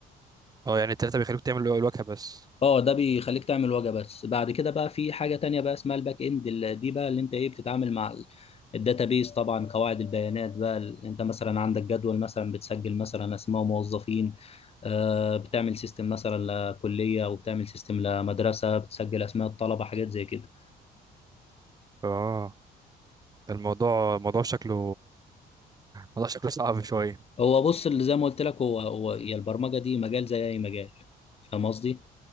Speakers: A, on the right; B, on the left.
A: اه يعني التلاتة بيخلوك تعمل الواجهة بس
B: اه ده بيخليك تعمل واجهه بس بعد كده بقى في حاجه تانية بقى اسمها الباك اند ال- دي بقى اللي انت ايه بتتعامل مع الداتابيز طبعا قواعد البيانات بقى ال- انت مثلا عندك جدول مثلا بتسجل مثلا اسماء موظفين آه، بتعمل سيستم مثلا لكليه وبتعمل سيستم لمدرسه بتسجل اسماء الطلبه حاجات زي كده
A: اه ده الموضوع موضوع شكله موضوع شكله صعب شوية
B: هو بص اللي زي ما قلت لك هو هو يا البرمجه دي مجال زي اي مجال فاهم قصدي